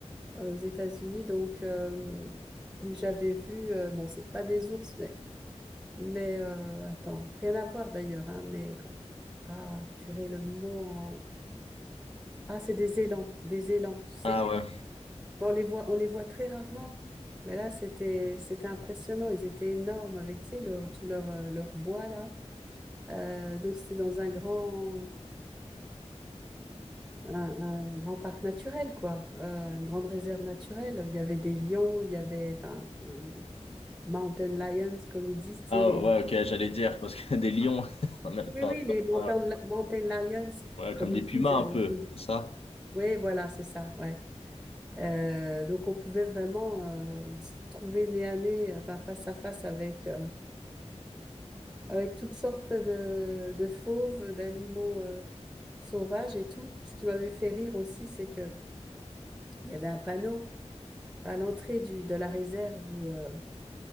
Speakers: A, in the centre; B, on the left.
A: euh, aux États-Unis, donc euh, où j'avais vu, euh, bon, c'est pas des ours, mais, mais euh, attends, rien à voir d'ailleurs, hein, mais comme- ah, purée, le mot en... Ah, c'est des élans, des élans, tu sais?
B: Ah ouais,
A: Bon, on les voit, on les voit très rarement, mais là, c'était, c'était impressionnant. Ils étaient énormes avec, tu sais, leur- tout leur, euh, leur bois, là. Euh, donc, c'était dans un grand, un, un grand parc naturel, quoi, Euh, une grande réserve naturelle. Il y avait des lions, il y avait, enfin, les mountain lions, comme ils disent, tu
B: ah
A: sais, les...
B: ouais, ok, j'allais dire, parce que <laughs> des lions, <laughs> on a- enfin,
A: Oui, oui, les mountain,
B: voilà.
A: mountain lions,
B: ouais,
A: comme
B: comme des
A: ils
B: pumas
A: disent.
B: un
A: euh, les-
B: peu, c'est ça?
A: Oui, voilà, c'est ça, ouais. Euh, donc, on pouvait vraiment euh, se trouver nez à nez, euh, enfin, face à face avec... euh, avec toutes sortes de, de fauves, d'animaux euh, sauvages et tout. Ce qui m'avait fait rire aussi, c'est que il y avait un panneau à l'entrée du, de la réserve où euh,